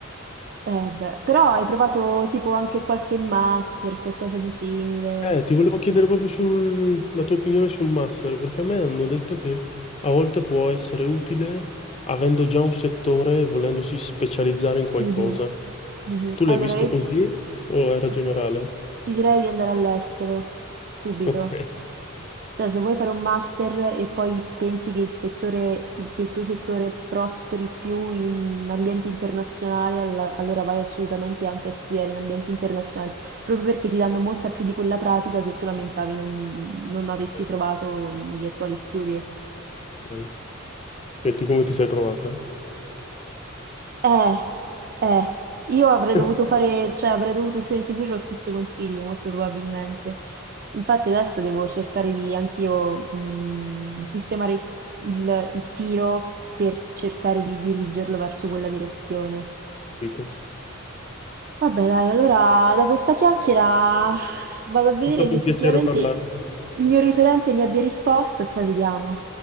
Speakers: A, on the right; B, on the left.
A: Eh beh, però hai provato tipo anche qualche master, qualcosa di simile.
B: Eh, ti volevo chiedere proprio sul- la tua opinione sul master, perché a me hanno detto che a volte può essere utile avendo già un settore e volendosi specializzare in qualcosa.
A: Mh-mh. Mh-mh.
B: Tu
A: Allora
B: l'hai visto
A: io
B: così
A: s
B: o era generale?
A: s ti direi di andare all'estero, subito.
B: Ok.
A: Cioè se vuoi fare un master e poi pensi che il settore il che il tuo settore prosperi più in ambienti internazionali, all allora vai assolutamente anche a studiare in ambienti internazionali, proprio perché ti danno molta più di quella pratica che tu lamentavi non non avessi
B: Ok,
A: trovato negli attuali studi.
B: ok. E tu come ti sei trovata?
A: Eh, eh, io avrei
B: <laughs>
A: dovuto fare, cioè avrei dovuto se- seguire lo stesso consiglio, molto probabilmente. Infatti adesso devo cercare di anch'io mh, sistemare il, il- il tiro per cercare di dirigerlo verso quella direzione.
B: Capito.
A: Vabbè, dai, allora dopo sta chiacchiera vado a vedere
B: È stato
A: se
B: un
A: effettivamente
B: piacere parlarti.
A: il mio referente mi abbia risposto e poi vediamo.